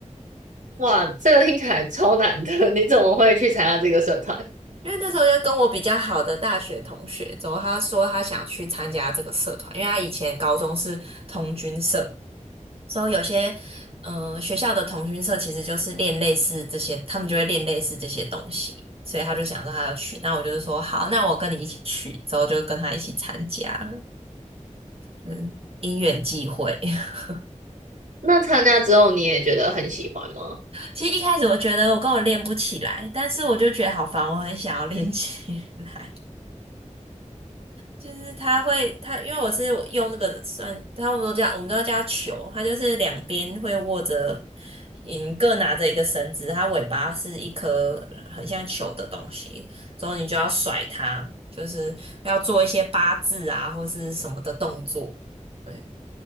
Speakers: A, on the right; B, on the right.
A: 哇，这个听起来超难的，<laughs> 你怎么会去参加这个社团？
B: 因为那时候就跟我比较好的大学同学，之后他说他想去参加这个社团，因为他以前高中是童军社，所以有些嗯、呃学校的同军社其实就是练类似这些，他们就会练类似这些东西，所以他就想说他要去，那我就是说好，那我跟你一起去，之后就跟他一起参加了，嗯，因缘际会。<laughs>
A: 那参加之后你也觉得很喜欢吗？
B: 其实一开始我觉得我跟我练不起来，但是我就觉得好烦，我很想要练起来。就是它会，它因为我是用那个算，他我们都叫我们都要叫它球，它就是两边会握着，嗯，各拿着一个绳子，它尾巴是一颗很像球的东西，之后你就要甩它，就是要做一些八字啊或是什么的动作。对，